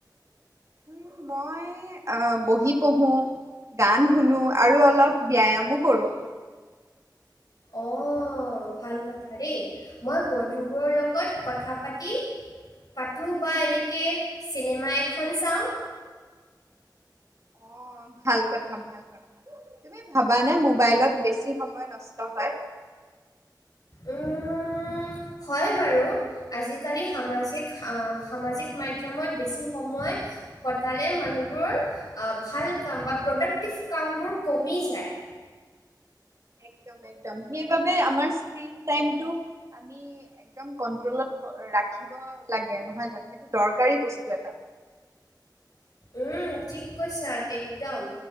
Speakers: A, on the right; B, on the left.
A: উম, মই অ' বহি পঢ়ো। গান শুনো আৰু অলপ ব্যায়ামো কৰো।
B: অ', ভাল কথা দেই। মই বন্ধুবোৰৰ লগত কথা পাতি পাতোঁ বা এনেকে চিনেমা এখন চাওঁ।
A: অ', ভাল কথা ভাল কথা তুমি ভাবানে মোবাইলত বেছি সময় নষ্ট হয়।
B: উম, হয় বাৰু। আজিকালি সামাজিক আহ সামাজিক মাধ্যমত বেছি সময় কটালে মানুহবোৰৰ ভাল কাম বা প্ৰতেক্টিভ কামবোৰ কমি যায়।
A: একদম একদম সেইবাবে আমাৰ ফ্ৰী টাইমটো আমি একদম কন্ট্ৰলত ৰাখিব লাগে নহয় জানো সেইটো দৰকাৰী বস্তু এটা
B: উম ঠিক কৈছা একদম